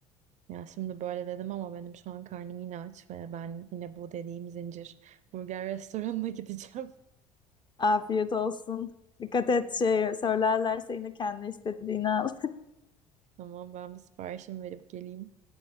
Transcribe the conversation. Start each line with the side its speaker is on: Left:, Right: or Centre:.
Right: Ya şimdi böyle dedim ama benim şu an karnım yine aç ve ben yine bu dediğim zincir burger restoranına <laughs> gideceğim.
Left: Afiyet olsun. Dikkat et şey söylerlerse yine kendi istediğini al.
Right: Ama ben bir siparişimi verip geleyim.